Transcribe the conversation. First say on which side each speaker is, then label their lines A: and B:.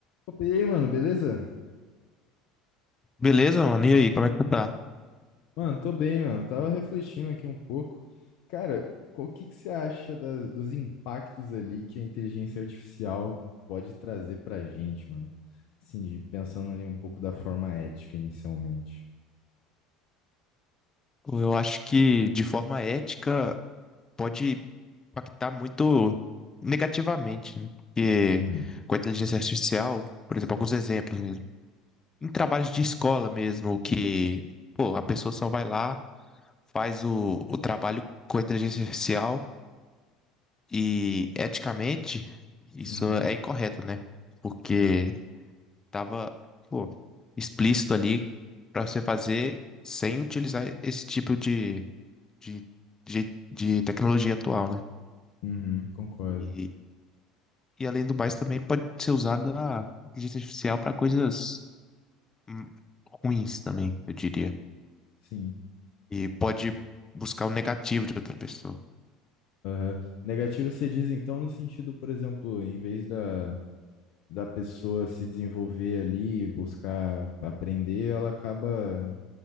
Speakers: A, on the left; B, on the left.
A: Opa, e aí, mano, beleza?
B: Beleza, mano? E aí, como é que tu tá?
A: Mano, tô bem, mano. Tava refletindo aqui um pouco. Cara, o que que você acha da- dos impactos ali que a inteligência artificial pode trazer pra gente, mano? Assim, de- pensando ali um pouco da forma ética inicialmente.
B: Pô, Eu acho que de forma ética pode impactar muito negativamente, né? Porque
A: Uhum.
B: com a inteligência artificial, por exemplo, alguns exemplos mesmo. Em trabalhos de escola mesmo, que pô, a pessoa só vai lá, faz o, o trabalho com a inteligência artificial e eticamente isso
A: Uhum.
B: é incorreto, né? Porque
A: Sim.
B: tava, pô, explícito ali para você fazer sem utilizar esse tipo de de, de, de tecnologia atual, né?
A: Uhum. Concordo.
B: E, e além do mais, também pode ser usada a inteligência artificial para coisas hum, ruins também, eu diria.
A: Sim.
B: E pode buscar o negativo de outra pessoa.
A: Aham. Negativo você diz, então, no sentido, por exemplo, em vez da, da pessoa se desenvolver ali, buscar aprender, ela acaba